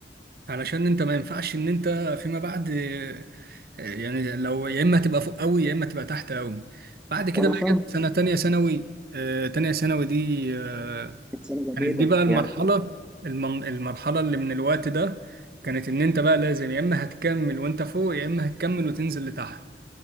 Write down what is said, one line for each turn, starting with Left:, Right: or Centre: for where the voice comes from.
Right: علشان انت ما ينفعش ان انت فيما بعد آه، يعني لو يا اما تبقى فوق قوي يا اما تبقى تحت قوي بعد كده
Centre: انا
Right: بقى
Centre: فاهم
Right: جت سنه تانية ثانوي آه، تانية ثانوي دي آه،
Centre: كانت سنه
Right: كانت
Centre: جميله
Right: دي بقى المرحله
Centre: يعني
Right: المن- المرحله اللي من الوقت ده كانت ان انت بقى لازم يا اما هتكمل وانت فوق يا اما هتكمل وتنزل لتحت